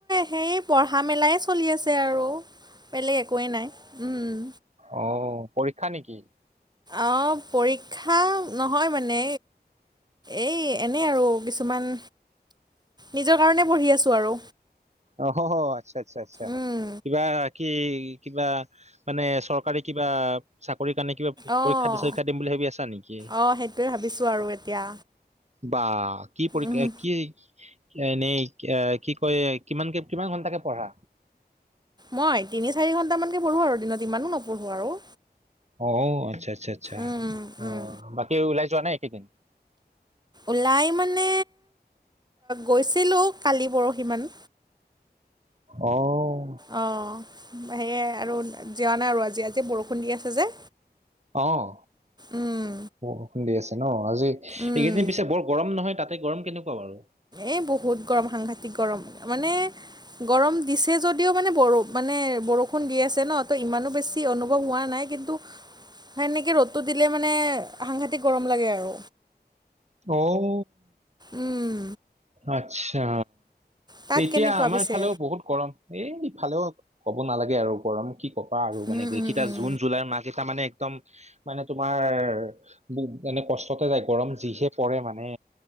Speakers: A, on the right; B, on the right.
A: সেই পঢ়া মেলাই চলি আছে আৰু। বেলেগ একোৱেই নাই উম।
B: অঁ পৰীক্ষা নেকি।
A: অঁ পৰীক্ষা নহয় মানে। এই এনেই আৰু কিছুমান নিজৰ কাৰণে পঢ়ি আছো আৰু।
B: অহ অঁ আচ্ছা আচ্ছা।
A: উম
B: কিবা কি কিবা মানে চৰকাৰী কিবা চাকৰি কাৰণে কিবা। পৰীক্ষা
A: অঁ
B: দি চৰীক্ষা দিম বুলি ভাবি আছা নেকি?
A: অঁ সেইটোৱে ভাবিছো আৰু এতিয়া।
B: বা কি পৰক্ষ
A: উম,
B: কি? এ এনেই এ কি কয় কিমানকে কিমান ঘন্টাকে পঢ়া।
A: মই তিনি চাৰি ঘন্টামানকে পঢ়ো আৰু দিনত ইমানো নপঢ়ো আৰু।
B: অ আচ্ছা, আচ্ছা, আচ্ছা,
A: উম,
B: অ
A: উম,
B: বাকী ওলাই যোৱা নাই একেইদিন।
A: ওলাই মানে গৈছিলোঁ কালি পৰহি মান।
B: অহ।
A: অঁ সেয়ে আৰু জিয়া নাই আৰু আজি আজি বৰষুণ দি আছে যে।
B: অহঁ।
A: উম,
B: ব খুন্দি আছে ন, আজি
A: উম।
B: এইকেইদিন পিছে বৰ গৰম নহয় তাতে গৰম কেনেকুৱা বাৰু?
A: এই বহুত গৰম সাংঘাতিক গৰম মানে। গৰম দিছে যদিও মানে ব মানে বৰষুণ দি আছে ন তো ইমানো বেছি অনুভৱ হোৱা নাই কি- সেনেকে ৰ'দটো দিলে মানে সাংঘাতিক গৰম লাগে আৰু।
B: অঔ
A: উম
B: আচ্ছা।
A: তাত
B: এতিয়া
A: কেনেকুৱা
B: আমাৰ
A: পিছে
B: ফালেও বহুত গৰম, এইফালেও- ক'ব নালাগে আৰু গৰম কি কবা আৰু মানে,
A: উম
B: এইগেকেইটা
A: উম উম
B: জুন জুলাইৰ মাহকেইটা মানে- একদম মানে তোমাৰ মানে কষ্টতে যায় গৰম যিহে পৰে মানে।